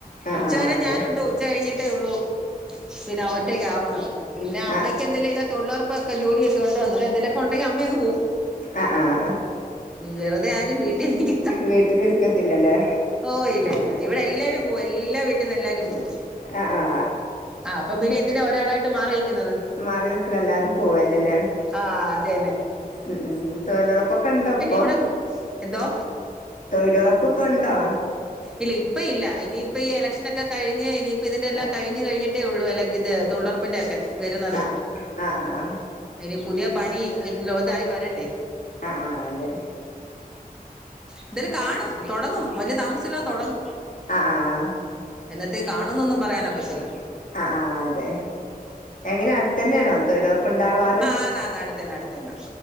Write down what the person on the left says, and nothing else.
ആ
ആ
അതെ
ആ
ആഹ് ആഹ്
വീട്ടിലിരിക്കത്തില്ലല്ലേ?
ആ ആ
മാറി നിൽക്കുന്ന എല്ലാരും പോവന്നല്ലേ
ഉം ഉം തൊഴിലുറപ്പൊക്കെ ഇണ്ടോ ഇപ്പൊ
തൊഴിലുറപ്പ് ഇപ്പ ഉണ്ടോ
ആ
ആ ആ ആ ആ
ആഹ് ആഹ് അതെ
ആഹ് ആഹ്
ആഹ് ആഹ് അതെ എങ്ങനെ അടുത്തന്നെയാണോ തൊയിലുറ പ്പുണ്ടാവാറ്